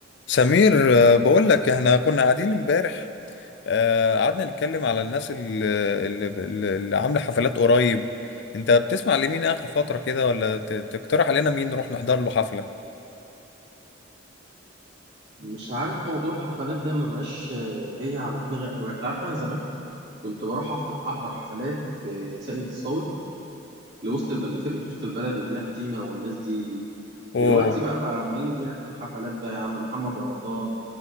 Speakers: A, on the left; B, on the right.
A: سمير آه، بقول لك احنا كنا قاعدين امبارح آه، قعدنا نتكلم على الناس اللي, اللي, اللي عامله حفلات قريب انت بتسمع لمين اخر فتره كده ولا ت- تقترح علينا مين نروح نحضر له حفله
B: مش عارف موضوع الحفلات ده ما بقاش آه، جاي على دماغي قوي انت عارف انا زمان كنت بروح أفت- احضر حفلات في ساقية الصاوي لوسط البلد لفرقة وسط البلد وبلاك تيما والناس دي
A: اوه
B: دلوقتي بقى بقى عمال اللي بيعمل الحفلات بقى يا عم محمد رمضان